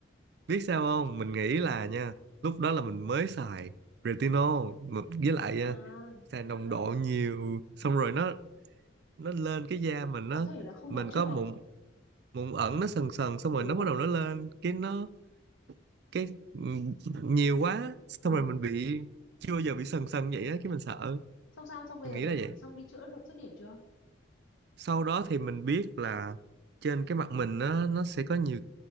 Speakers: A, on the right (about 55°); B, on the left (about 75°).
A: biết sao không mình nghĩ là nha lúc đó là mình mới xài retinol mà với lại
B: à
A: ờ, xài
B: retinol
A: nồng độ nhiều xong rồi nó nó lên cái da mình
B: có
A: nó
B: thể là không
A: mình
B: hợp chưa
A: có
B: hợp
A: mụn mụn ẩn nó sần sần xong rồi
B: ồ
A: nó bắt đầu nó lên cái nó cái nhiều quá xong
B: ồ
A: rồi mình bị chưa bao giờ bị sần sần vậy á cái mình sợ
B: xong sao xong bây
A: mình
B: giờ
A: nghĩ là vậy
B: xong đi chữa được dứt điểm chưa
A: sau đó thì mình biết là trên cái mặt mình nó nó sẽ có nhiều